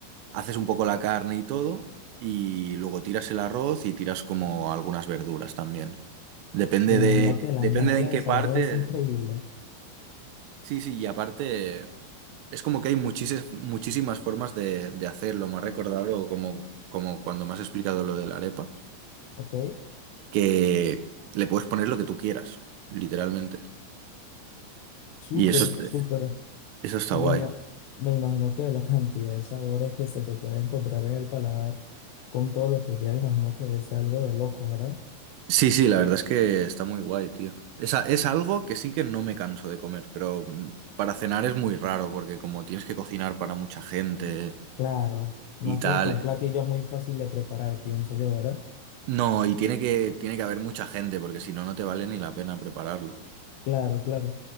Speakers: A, on the right; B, on the left.
A: haces un poco la carne y todo, y luego tiras el arroz y tiras como algunas verduras también. Depende
B: Me
A: de,
B: imagino que la
A: depende
B: mezcla
A: de en
B: de
A: qué
B: sabores
A: parte,
B: es increíble,
A: sí, sí, y aparte... Es como que hay muchísimas, muchísimas formas de, de hacerlo. Me ha recordado como, como cuando me has explicado lo de la arepa.
B: ok.
A: que le puedes poner lo que tú quieras, literalmente.
B: Súper,
A: Y eso, es-
B: súper.
A: eso está
B: Me,
A: guay.
B: ima- me imagino que la <laughs> cantidad de sabores que se te puede encontrar en el paladar con todo lo que ya imagino que es algo de loco, ¿verdad?
A: Sí, sí, la verdad es que está muy guay, tío. Es, a- es algo que sí que no me canso de comer, pero mm, para cenar es muy raro porque como tienes que cocinar para mucha gente
B: Claro,
A: y
B: no es
A: tal.
B: como que un platillo muy fácil de preparar, pienso yo, ¿verdad?
A: No, y tiene que, tiene que haber mucha gente porque si no, no te vale ni la pena prepararlo.
B: Claro, claro.